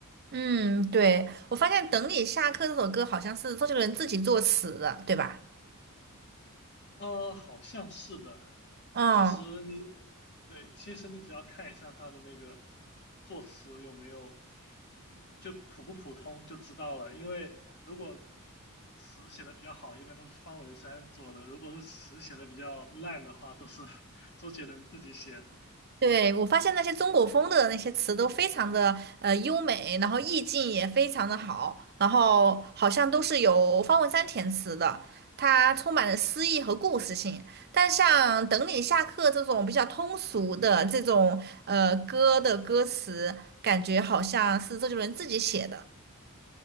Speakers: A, on the right; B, on the left.
A: 嗯，对，我发现《等你下课》这首歌好像是周杰伦自己作词的，对吧？
B: 呃，好像是的。
A: 嗯，
B: 其实你，对，其实你只要看一下它的那个作词有没有，就普不普通就知道了。因为如果词写的比较好，一般都是方文山做的；如果是词写的比较烂的话，都是周杰伦 <laughs> 自己写的。
A: 对，我发现那些中国风的那些词都非常的呃优美，然后意境也非常的好，然后好像都是由方文山填词的，它充满了诗意和故事性。但像《等你下课》这种比较通俗的这种呃歌的歌词，感觉好像是周杰伦自己写的